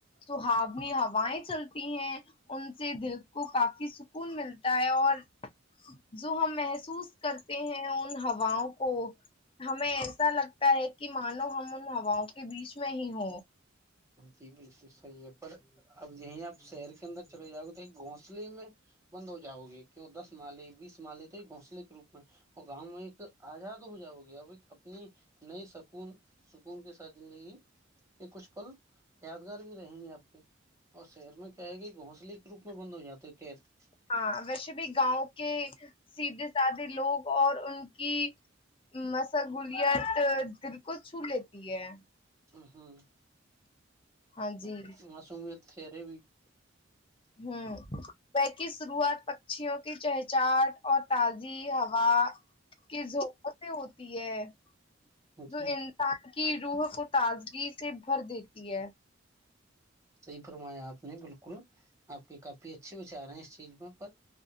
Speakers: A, on the left; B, on the right.
A: سحاؤنی ہوائیں چلتی ہیں ان سے دل کو کافی سکون ملتا ہے اور جو ہم محسوس کرتے ہیں ان ہواؤں کو ہمیں ایسا لگتا ہے کہ مانو ہم ان ہاؤں کے بیچ میں ہی ہ
B: جی بالکل صحیح ہے پر اب یہیں آپ شہر کے اندر چلے جاؤے تو گھونسلے میں بند ہو جاؤ گے کیوں دس مالے بیس مالے تو ایک گھسلے کے روپ میں اور گاؤں میں ایک آزاد ہو جاؤ گے اب ایک اپنی نئے سکون سکون کے ساتھ زندگی یہ کچھ پل یادگار بھی رہیں گے آپ کے اور شہر میں کیا ہے کہ گھونسلے کے روپ میں بند ہو جاتے ہیں قید
A: ہاں ویسے بھی گاؤں کے سیدھے سادھے لوگ اور ان کی مشغولیت دل کو چھو لیتی ہے
B: ہ ہوں <unintelligible>
A: ہاں جی۔
B: کچ معصمیت خھیرے بھی <unintelligible>
A: ہوں <unintelligible> کی شروعات پکشیوں کی چہچاہٹ اور تازی ہوا کہ زپتے ہو پ ہے <unintelligible>
B: جی
A: جو انسان کی روح کو تازگی سے بھر دیتی ہے
B: صحیح فرمایا آپ نے بالکل آپ کے کافی اچھے وچار ہیں اس چیز میں پر